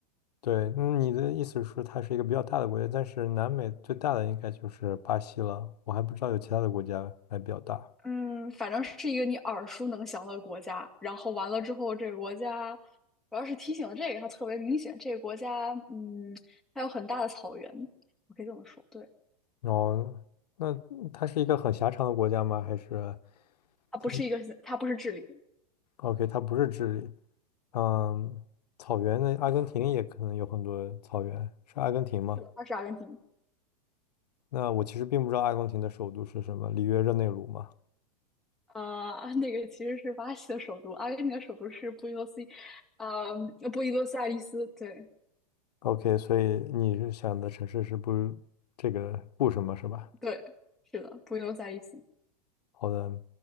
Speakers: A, on the left; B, in the centre.
A: 对，嗯你的意思是它是一个比较大的国家，但是南美最大的应该就是巴西了。我还不知道有其他的国家还比较大。
B: 嗯，反正是一个你耳熟能详的国家。然后完了之后，这个国家主要是提醒了这个，它特别明显。这个国家，嗯，它有很大的草原，我可以这么说。对，
A: 哦，那它是一个很狭长的国家吗？还是
B: 它不是一个，
A: 它
B: 它不是智利，
A: ？OK，它不是智利。嗯，草原的阿根廷也可能有很多草原，是阿根廷吗？
B: 是的，它是阿根廷。
A: 那我其实并不知道阿根廷的首都是什么，里约热内卢吗？
B: 呃，<laughs> 那个其实是巴西的首都，阿根廷的首都是布宜诺斯，呃，嗯布宜诺斯艾利斯。对
A: OK，所以你是想的城市是不这个不什么是吧？
B: 对，是的，布宜诺斯艾利斯。
A: 好的，